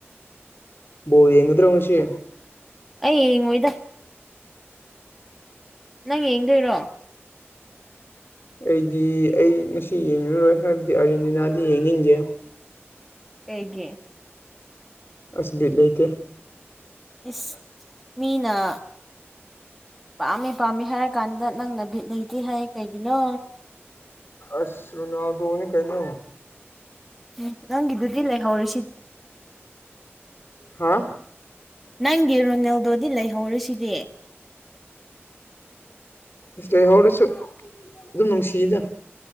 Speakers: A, on the left; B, in the centre.
A: ꯕꯣꯜ ꯌꯦꯡꯒꯗꯔꯣꯉꯁꯤ꯫
B: ꯑꯩ ꯌꯦꯡꯉꯣꯏꯗ ꯅꯪ ꯌꯦꯡꯗꯣꯏꯔꯣ
A: ꯑꯩꯗꯤ ꯑꯩ ꯉꯁꯤ ꯌꯦꯡꯉꯔꯣꯏ ꯍꯥꯏꯕꯗꯤ ꯑꯔꯖ°ꯟꯇꯤꯅꯥꯗꯤ ꯌꯦꯡꯅꯤꯡꯗꯦ
B: ꯑꯩꯒꯤꯦ
A: ꯑꯁ ꯕꯤꯠ ꯂꯩꯇꯦ
B: ꯏꯁ ꯃꯤꯅ ꯄꯥꯝꯃꯤ ꯄꯥꯝꯃꯤ ꯍꯥꯏꯔ ꯀꯥꯟꯗ ꯅꯪꯅ ꯕꯤꯠ ꯂꯩꯇꯦ ꯍꯥꯏ ꯀꯩꯒꯤꯅꯣ
A: ꯑꯁꯁꯨ ꯔꯅꯥ ꯇꯣꯅꯤ ꯀꯩꯅ
B: ꯎꯝ ꯅꯪ ꯑꯗꯨꯗꯤ ꯂꯩꯦ ꯍꯔ
A: ꯍꯥ
B: ꯅꯪꯒꯤ ꯔꯣꯅꯦꯜꯗꯣꯗꯤ ꯂꯩꯍꯧꯔꯤꯦꯁꯤꯗꯤ
A: ꯁ ꯂꯩꯍꯧꯔꯁꯨ ꯑꯗꯨꯝ ꯅꯨꯡꯁꯤꯌꯦꯗ